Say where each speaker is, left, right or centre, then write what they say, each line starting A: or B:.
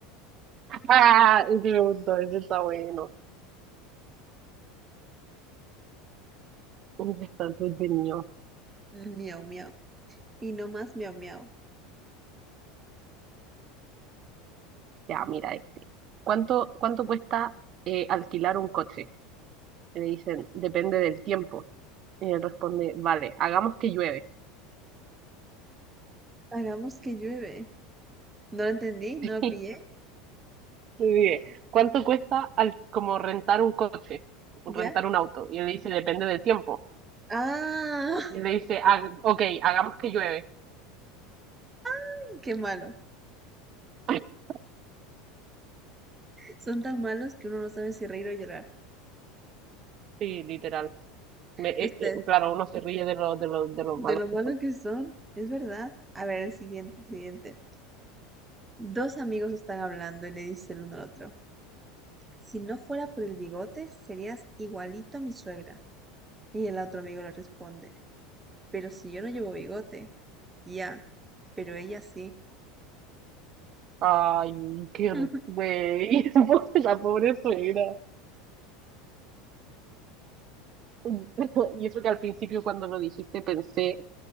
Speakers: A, on the right (about 40°); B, on the right (about 15°).
A: Ah, ese me gustó, ese está bueno. Ese está entretenido.
B: <laughs> miau miau, y no más miau miau.
A: Ya, mira este. ¿Cuánto, cuánto cuesta eh, alquilar un coche? Y Le dicen, depende del tiempo. Y él responde, vale, hagamos que llueve.
B: Hagamos que llueve. No lo entendí, no
A: <laughs>
B: lo pillé,
A: Le dice, ¿cuánto cuesta al, como rentar un coche? Rentar
B: ya.
A: un auto. Y él dice, depende del tiempo.
B: Ah,
A: Y le dice, "Ah, ok, hagamos que llueve.
B: <laughs> qué malo.
A: <laughs>
B: Son tan malos que uno no sabe si reír o llorar.
A: Sí, literal. Me- eh,
B: Este
A: eh,
B: es
A: claro, uno se ríe de lo, de lo, de lo
B: de
A: malos
B: lo malos
A: que son.
B: que son, es verdad. A ver, el siguiente, el siguiente. Dos amigos están hablando y le dice el uno al otro. Si no fuera por el bigote, serías igualito a mi suegra. Y el otro amigo le responde, pero si yo no llevo bigote. Ya, pero ella sí.
A: Ay, qué r-
B: <laughs>
A: güey, <laughs> la pobre suegra. <laughs> Y eso que al principio cuando lo dijiste pensé